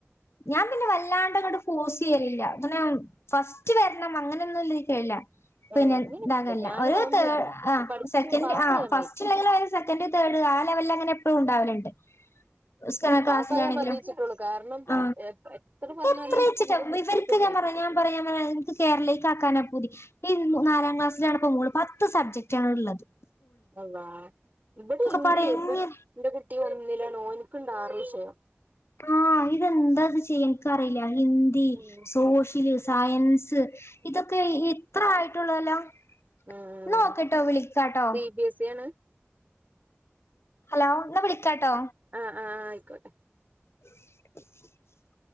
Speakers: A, on the left; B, on the right.
A: ഞാൻ പിന്നെ വല്ലാണ്ട ഇങ്ങട്ട് പോസ് ചെയൽല്ല. ഇങ്ങനെ ഫസ്റ്റ് വര്ണം അങ്ങനെ ഒന്നുല്ല ക <unintelligible> ല്ല
B: ആഹ്
A: പിന്നെ
B: അങ്ങനെയൊന്നുല്ല
A: ഇതാകല്ല.
B: ഞാനും
A: ഒരു
B: അതൊന്നുല്ല
A: തേട് ആ
B: പഠിച്ചു
A: സെക്കൻഡ്
B: പാസ്സായാ
A: ആ ഫസ്റ്റ്
B: മതി
A: ഇല്ലെങ്കിലും ഓന് സെക്കന്റ് തേട് ആ ലെവൽല്ല് അങ്ങനെ എപ്പളും ഉണ്ടാവല്ണ്ട് <unintelligible>
B: പാസ്സായാ
A: ആണെങ്കിലും.
B: മതിച്ചിട്ടുള്ളൂ കാരണം
A: ആ
B: എത്ര പറഞ്ഞാലും
A: എത്രേചിട്ട
B: ഇരിക്കൂല ബുക്ക്
A: ഇവർക്ക്
B: എടുത്തിട്ടേ
A: ഞാൻ പറ്യ ഞാൻ പറ്യ കേരളീക്കാക്കാന പൂതി. ഈ നാലാം ക്ലാസ്സിലാണ്പ്പോ മോള്. പത്ത് സബ്ജക്റ്റ് ആണ് ഇള്ളത്.
B: അള്ളാ. ഇബടിം ഇണ്ട്.
A: പാടെ എങ്ങനെ
B: ഇപ്പൊ എന്റെ കുട്ടി ഒന്നിലാണ്. ഓൻക്ക് ഇണ്ട് ആറ് വിഷയം.
A: ആഹ് ഇതെന്താ അത് ചെയ്യ ഇൻക്കറീല്ല ഹിന്ദി,
B: ഉം
A: സോഷ്യലി സയൻസ്, ഇതൊക്കെ ഇത്ര ആയിട്ടൊള്ളല്ലൊ.
B: ഉം
A: ഇന്നാ ഓക്കെട്ടോ വിളിക്കാട്ടൊ.
B: സി ബി എസ്സേണ്.
A: ഹലോ ഇന്നാ വിളിക്കാട്ടോ.
B: ആഹ് ആഹ്. ആയിക്കോട്ടെ.
A: !!!!!!!!!!!